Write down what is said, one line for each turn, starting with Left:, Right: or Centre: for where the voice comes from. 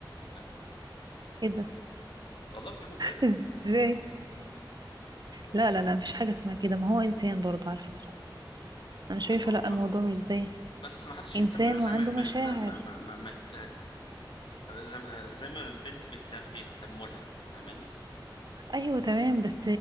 Left: لا
Right: ايه ده
Left: والله بكلمك بجد
Right: <laughs> ازاي
Left: هو...
Right: لا لا لا مفيش حاجة اسمها كده ما هو انسان برضه على فكرة انا شايفة
Left: ايوه
Right: لا
Left: هو
Right: الموضوع مش زي
Left: بس ما حدش
Right: انسان
Left: يهتم له زي
Right: وعنده
Left: ما الب-
Right: مشاعر
Left: ما ما ما, ما, ما يهت... زي ما زي ما البنت بيهت... بيهتموا لها فاهماني
Right: ايوه تمام بس